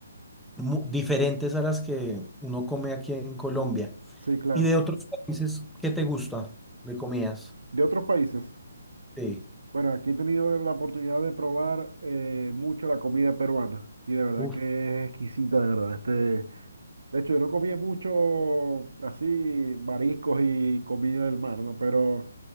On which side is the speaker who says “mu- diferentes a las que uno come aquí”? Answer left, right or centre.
Centre